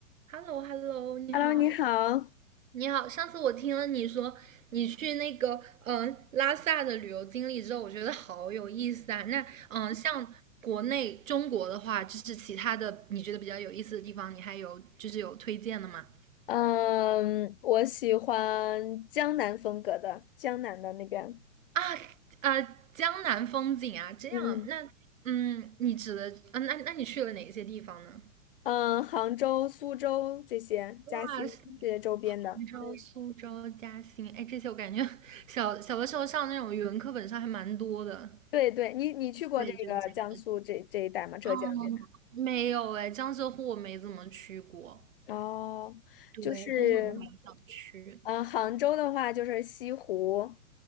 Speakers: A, on the right (about 65°); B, on the left (about 40°).
A: h e l l o h e l l o 你好，
B: Hello，你好。
A: 你好。上次我听了你说你去那个嗯、呃拉萨的旅游经历之后，我觉得好有意思啊。那嗯、呃像国内中国的话，就是其他的你觉得比较有意思的地方，你还有就是有推荐的吗？
B: 嗯，我喜欢江南风格的，江南的那边，
A: 啊呃，江南风景啊，这样。
B: 嗯
A: 那嗯，你指的嗯、那那你去了哪些地方呢？
B: 嗯，杭州、苏州这些，
A: 哇，
B: 嘉兴这些周边的。
A: 是杭州、
B: 嗯，
A: 苏州、嘉兴，哎，这些我感觉 <laughs> 小小的时候上那种语文课本上还蛮多的。
B: 对对，你你去过这个江苏这这一带吗？
A: 对，就讲的，
B: 浙江这边？
A: 嗯，没有哎，江浙沪我没怎么去过，
B: 哦，
A: 对，
B: 就是，
A: 但是我还蛮想去。
B: 嗯，杭州的话就是西湖